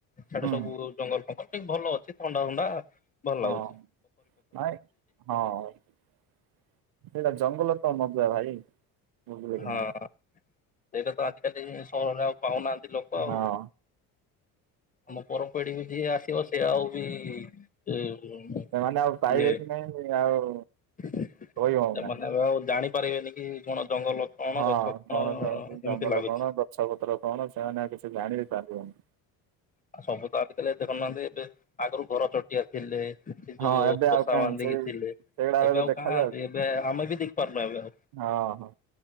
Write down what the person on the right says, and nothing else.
ହୁଁ
ହଁ
ନାଇଁ ହଁ ସେଟା ଜଙ୍ଗଲ ତ ମଜା ଭାଇ। ବୁଝିଲେ କି
ନା
ହଁ
ସେମାନେ ଆଉ ପାଇବେ
କି ନାଇଁ ଆଉ
କହି ହଉନାହିଁ
ହଁ
କଣ ଜ
ଜଙ୍ଗଲ
କଣ ଗଛ ପତ୍ର କଣ ସେମାନେ ଆଉ କିଛି ଜାଣି ବି ପାରିବେନି।
ହଁ
ଏବେ ଆଉ
କାହିଁ
ସେଇ
ସେଇଗୁଡା
ଦେଖାଯାଉଛି
ହଁ ହଁ